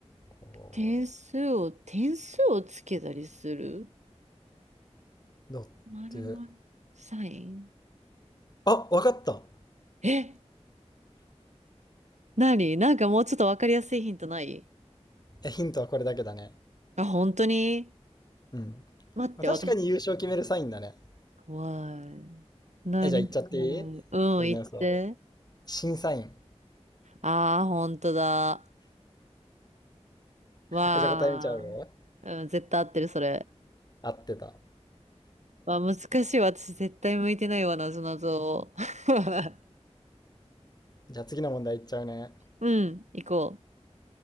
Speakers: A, on the left; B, on the right.
A: こ
B: 点数を、点数をつけたりする
A: う。だって、
B: 〇〇サイン。
A: あ、わかった
B: え、何なんかもうちょっとわかりやすいヒントない
A: え、ヒントはこれだけだね。
B: あ、本当に
A: うん。
B: 待って、
A: 確かに優勝決めるサインだね。
B: 私。怖い。何あれ。
A: え、じゃあ言っちゃっていい
B: うん、
A: 俺の予想。
B: 言って。
A: 審査員。
B: ああ、本当だ。わあ、
A: え、じゃあ答え見ちゃうよ。
B: うん、絶対合ってる、それ。
A: 合ってた。
B: わあ、難しいわ。私絶対向いてないわ、なぞなぞ。<laughs>
A: じゃあ次の問題いっちゃうね。
B: うん、行こ